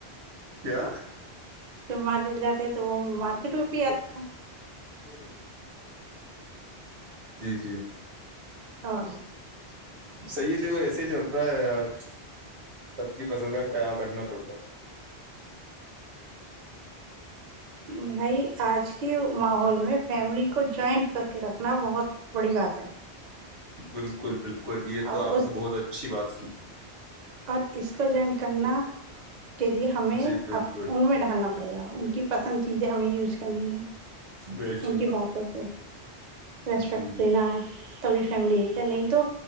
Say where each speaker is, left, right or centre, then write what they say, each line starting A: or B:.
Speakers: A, on the right (about 80°); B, on the right (about 50°).
A: کیا
B: تو مارکیٹ جاتے ہے تو وہ مارکیٹ میں پی آتے ہیں
A: ہ جی جی
B: اور
A: صحیح دیکھو ایسے ہی چلتا ہے یار سب کی فصل کا خیال رکھنا پڑتا ہے
B: بھائی آج کے ماحول میں فیملی کو جوائنٹ کر کے رکھنا بہت بڑی بات ہے
A: بالکل بالکل کو یہ تو
B: اور
A: آپ
B: اس
A: نے بہت اچھی بات کی
B: اور اس کا جوائن کرنا کے لیے ہمیں
A: جی بالکل
B: ان میں ڈھالنا پڑے گا ان کی پسند چیزیں ہمیں یوز کرنی ہے
A: بے شک
B: ان کی باتوں کو ریسپیکٹ
A: جی
B: دینا ہے تبھی فیملی ایک ہے نہیں تو